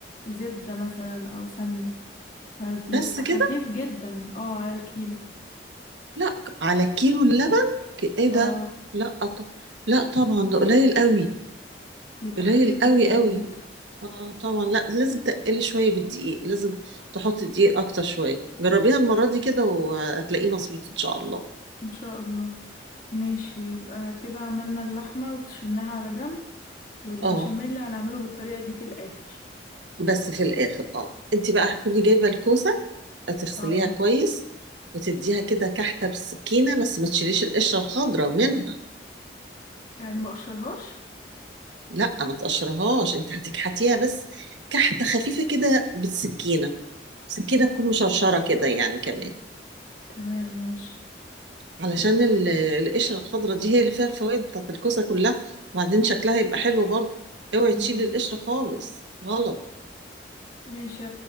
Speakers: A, on the left; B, on the right.
A: زبده مثلا او سمنه فبيبقى
B: بس كده
A: خفيف جدا اه على الكيلو
B: لا على كيلو اللبن ك- ايه ده
A: اه
B: لا طب لا طبعا ده قليل قوي
A: بيبقى
B: قليل
A: خفيف جدا
B: قوي قوي
A: جدا
B: اه طبعا لا لازم تقلي شويه بالدقيق لازم تحطي دقيق اكتر شويه جربيها المره دي كده وهتلاقيه مظبوط ان شاء الله
A: ان شاء الله ماشي يبقى كده عملنا اللحمه وشلناها على جنب والبشاميل
B: اه
A: اللي هنعمله بالطريقه دي في الاخر
B: بس في الاخر اه انت بقى هتكوني جايبه الكوسه هتغسليها
A: اه
B: كويس وتديها كده كحته بالسكينه بس ما تشيليش القشره الخضراء منها
A: يعني ما اقشرهاش
B: لا ما تقشرهاش انت هتكحتيها بس كحته خفيفه كده بالسكينه سكينة تكون مشرشرة كده يعني كمان
A: تمام ماشي
B: علشان ال- القشرة الخضراء دي هي اللي فيها الفوائد بتاعت الكوسة كلها وبعدين شكلها يبقى حلو برضه اوعي
A: مم.
B: تشيل القشرة خالص غلط
A: مش ه-